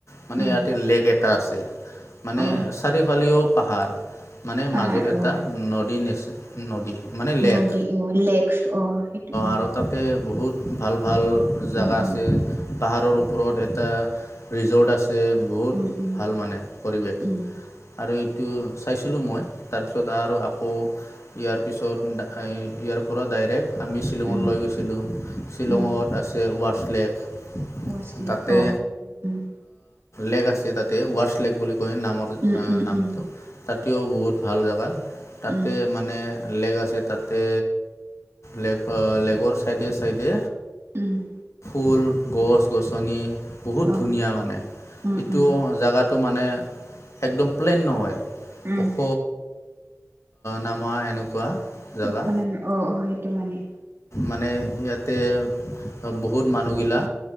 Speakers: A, on the left; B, on the right.
A: মানে
B: উম
A: ইয়াতে লেক এটা আছে, মানে
B: অ
A: চাৰিওফালেও পাহাৰ, মানে
B: পাহাৰ
A: মাজত এটা
B: অ
A: নদী নেচ নদী, মানে লেক
B: নদী অ লেক অ সেইটো অ
A: আৰু তাতে বহুত ভাল ভাল জেগা
B: উম উম
A: আছে। পাহাৰৰ ওপৰত এটা ৰিজৰ্ট আছে, বহুত
B: উম উম
A: ভাল মানে পৰিৱেশ।
B: উম
A: আৰু এইটো চাইছিলোঁ মই, তাৰপিছত আৰু আকৌ ইয়াৰ পিছত নাখাই, ইয়াৰ পৰা ডাইৰেক্ট, আমি শ্বিলঙ
B: উম
A: লৈ গৈছিলোঁ, শ্বিলঙত
B: উম
A: আছে ৱাৰছ লেক
B: ৱাছলিপ
A: তাতে
B: অ উম
A: লেগ আছে তাতে, ৱাৰ্ছ লেগ বুলি কৈ নামৰ
B: উম উম
A: নামটো, তাতেও বহুত ভাল জেগা তাতে।
B: উম
A: মানে লেগ আছে তাতে, লেগ লেগৰ চাইডে চাইডে
B: উম্,
A: ফুল, গছ-গছনি বহুত
B: অ
A: ধুনীয়া মানে,
B: উম
A: সেইটো
B: উম
A: জেগাটো মানে, একদম প্লেইন নহয়,
B: উম
A: ওখ নামা এনেকুৱা, জাগা,
B: উপনাম অ অ সেইটো মানে
A: মানে ইয়াতে বহুত মানুহগিলা